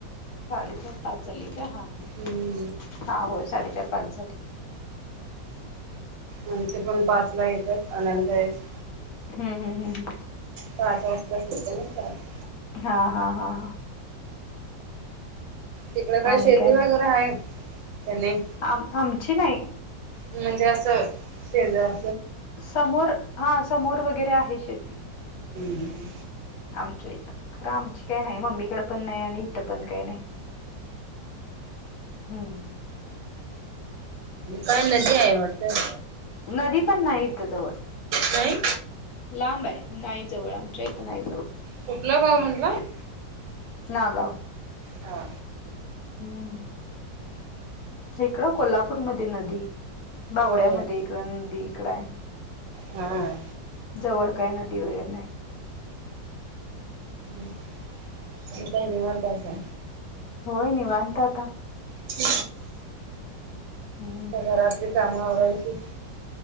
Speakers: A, on the left (about 65°); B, on the right (about 80°).
A: साडेचार पाच झालेकाय हा हा.
B: हम्म.
A: हा होय साडेचार पाच झाले.
B: आमचे पण पाच ला येत्यात नायला जायचं.
A: हम्म हम्म हम्म हम्म.
B: पाच वाजता सुटत्या ना शाळा. <inaudible>
A: हां हां हां हां.
B: तिकड काय
A: आणि
B: शेती वगैरे
A: माहित
B: आहे. <unintelligible> त्याने
A: आम आमची नाही.
B: म्हणजे असं शेजार.
A: समोर हा समोर वगैरे आहे शेती.
B: हम्म हम्म.
A: आमच्या इथं खरं आमची काय नाही मम्मीकडे पण नाही आणि इथं पण काय नाही. हम्म.
B: काय नदी आहे वाटत.
A: नदी पण नाही इथं जवळ
B: नाही?
A: लांब हाय. नाही जवळ, आमच्या इथं नाही जवळ
B: कुठलं गाव म्हटला?
A: नागांव.
B: हा.
A: हम्म! इकडं कोल्हापूर मध्ये नदी बावड्यामध्ये
B: होय
A: इकडं नदी इकड हाय.
B: हा.
A: जवळ काय नदी वगैरे नाही.
B: आता काय निवांत हायसा?
A: होय, निवांत आता.
B: <unintelligible>
A: हम्म.
B: आता घरातली कामं आवरायची.